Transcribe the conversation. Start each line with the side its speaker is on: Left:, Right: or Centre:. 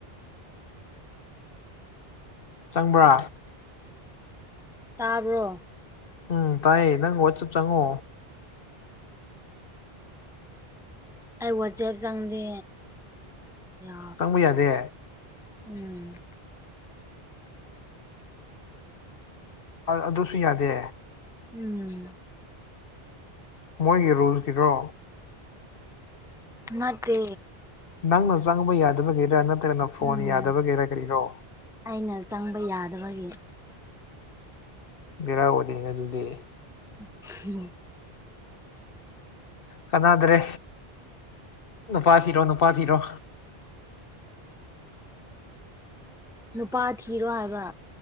Left: ꯆꯪꯕ꯭ꯔꯥ
Centre: ꯇꯥꯕ꯭ꯔꯣ
Left: ꯎꯝ ꯇꯥꯏꯌꯦ ꯅꯪ ꯋꯥꯠꯆꯞ ꯆꯪꯉꯣ
Centre: ꯑꯩ ꯋꯥꯆꯦꯞ ꯆꯪꯗꯦ ꯌꯥ
Left: ꯆꯪꯕ ꯌꯥꯗꯦ
Centre: ꯎꯝ
Left: ꯑꯗꯨꯁꯨ ꯌꯥꯗꯦ
Centre: ꯎꯝ
Left: ꯃꯣꯏꯒꯤ ꯔꯨꯜꯁꯀꯤꯗꯣ
Centre: ꯃꯇꯦ
Left: ꯅꯪꯅ ꯆꯪꯕ ꯌꯥꯗꯕꯒꯤꯦꯔꯥ ꯅꯠꯇ꯭ꯔꯒꯅ ꯐꯣꯟ
Centre: ꯎꯝ
Left: ꯌꯥꯗꯕꯒꯤꯦꯔ ꯀꯔꯤꯔꯣ
Centre: ꯑꯩꯅ ꯆꯪꯕ ꯌꯥꯗꯕꯒꯤ
Left: ꯕꯤꯦꯔꯥꯕꯗꯤꯅꯦ ꯑꯗꯨꯗꯤ
Centre: ꯌꯥ <unintelligible>
Left: ꯀꯅꯥꯗ꯭ꯔꯦ ꯅꯨꯄꯥ ꯊꯤꯔꯣ ꯅꯨꯄꯥꯊꯤꯔꯣ
Centre: ꯅꯨꯄꯥ ꯊꯤꯔꯣ ꯍꯥꯏꯕ